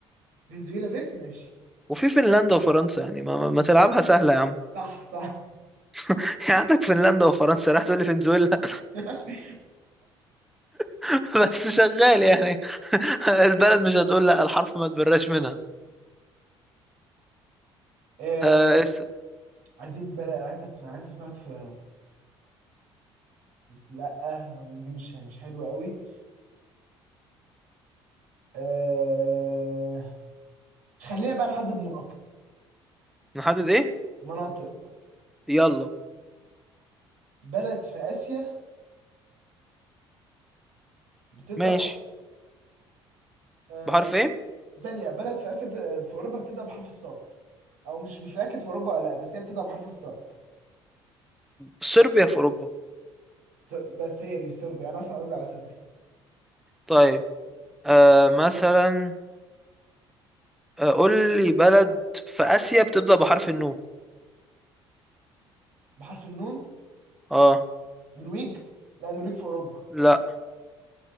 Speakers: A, on the right; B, in the centre.
A: فنزويلا فيه ماشي
B: وفي فنلندا وفرنسا يعني ما, ما ما تلعبها سهلة يا عم
A: صح صح
B: <laughs> يعني عندك فنلندا وفرنسا راح تقول لي فنزويلا
A: <laughs>
B: <laughs> بس شغال يعني <laughs> البلد مش هتقول لا الحرف ما تبراش منها
A: آه،
B: آه است...
A: عايزين بلا عايزك عايز افكرك في لا ما دي مش مش حلوه قوي آه... خلينا بقى نحدد مناطق
B: نحدد ايه
A: مناطق
B: يلا
A: بلد في اسيا بتبدا
B: ماشي
A: بحرف آه...
B: بحرف ايه
A: ثانيه بلد في اسيا بت... في اوروبا بتبدا بحرف الصاد او مش مش متاكد في اوروبا ولا لا بس هي بتبدا بحرف الصاد
B: صربيا في اوروبا
A: س... بس هي دي صربيا انا اصلا قصدي على صربيا
B: طيب آه مثلا آه، قول لي بلد في اسيا بتبدأ بحرف النون
A: بحرف النون
B: اه
A: نرويج لا نرويج في اوروبا
B: لا